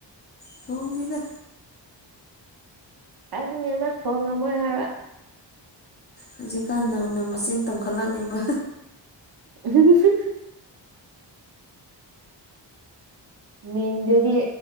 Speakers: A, on the left (about 25°); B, on the right (about 55°).
A: ꯊꯣꯡꯕꯤꯗ
B: ꯈꯪꯉꯦꯕ ꯊꯣꯡꯉꯝꯃꯣꯏ ꯍꯥꯏꯕ
A: ꯍꯧꯖꯤꯛꯀꯥꯟ ꯅꯧꯅ ꯃꯆꯦꯟ ꯇꯣꯡꯈꯠꯂꯛꯅꯦꯕ
B: ꯑꯁꯤꯁꯤ ꯃꯤꯡꯗꯨꯗꯤ